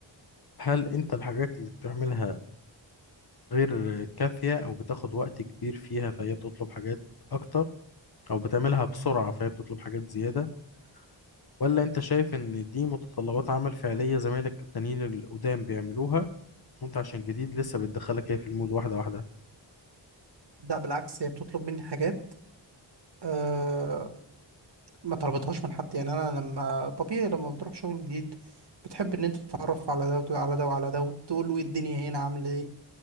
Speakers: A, on the left; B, on the right.
A: هل انت الحاجات اللي بتعملها غير كافية او بتاخد وقت كبير فيها فهي بتطلب حاجات اكتر او بتعملها بسرعة فهي بتطلب حاجات زيادة ولا انت شايف ان دي متطلبات عمل فعلية زمايلك التانيين القدام بيعملوها وانت عشان جديد لسه بتدخلك هي في المود واحدة واحدة
B: لا بالعكس هي بتطلب مني حاجات آه ما طلبتهاش من حد يعني انا لما طبيعي لما بتروح شغل جديد بتحب ان انت تتعرف على ده وتقول على ده وعلى ده وتقول له ايه الدنيا هنا عاملة ايه